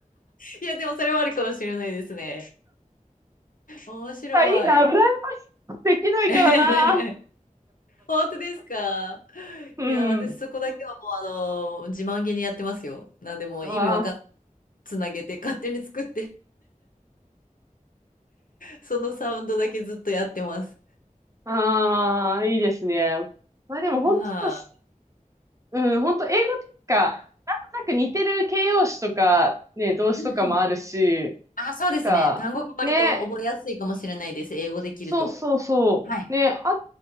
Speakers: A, on the left (about 85°); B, on the right (about 25°).
A: いや、でもそれはあるかもしれないですね。面白い。
B: あ、いいな、フランスできないからな。
A: <laughs> 本当ですか
B: うん。
A: いや、私そこだけはもう、あの、自慢げにやってますよ。なんでもう意味わかん
B: わ
A: つなげて勝手に作ってそのサウンドだけずっとやってます。
B: あ、ああ、いいですね。まあでも本当は、
A: は
B: うん、本当英語とか、なんとなく似てる形容詞とか、ね、動詞とかもあるし、
A: い、うんうん。あ、そうですね。
B: か、
A: 単語が割と覚えやすいかもしれないです。
B: ね、
A: 英語できると。
B: そうそうそう。
A: はい。
B: ね、あ、